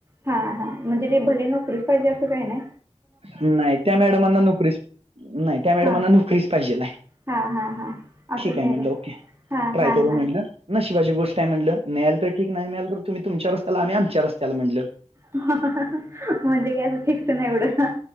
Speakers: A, on the right; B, on the right.
A: हा हा, म्हणजे ते भले नोकरीच पाहिजे असं काय नाय.
B: नाही त्या मॅडमांना नोकरीच, नाही त्या मॅडमांना
A: हां
B: नोकरीच पाहिजेल हाय.
A: हां हां हां असं
B: ठीक
A: काही
B: आहे, म्हणल
A: नाही
B: ओके
A: हां
B: ट्राय
A: हां
B: करू
A: हां
B: म्हणल. नशिबाची गोष्ट आहे म्हटलं, मिळाल तर ठीक नाही मिळाल तर तुम्ही तुमच्या रस्त्याला आम्ही आमच्या रस्त्याला म्हंटल.
A: म्हणजे काय असं फिक्स नाही एवढं.